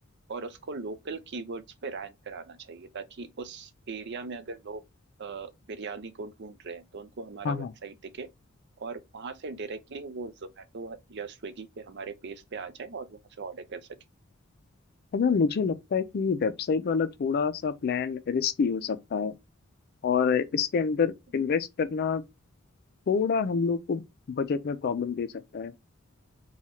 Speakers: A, on the right; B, on the left.
A: और उसको लोकल कीवर्ड्स पे रैंक कराना चाहिए ताकि उस एरिया में अगर लोग अ, बिरयानी को ढूंढ रहे हैं तो उनको हमारा
B: हाँ हाँ
A: वेबसाइट दिखे और वहां से डायरेक्टली वो जोमेटो या स्विगी पे हमारे पेज पे आ जाए और वहां से ऑर्डर कर सके
B: अगर मुझे लगता है कि ये वेबसाइट वाला थोड़ा सा प्लान रिस्की हो सकता है और इसके अंदर
A: हम्म।
B: इन्वेस्ट करना थोड़ा हम लोग को बजट में प्रॉब्लम दे सकता है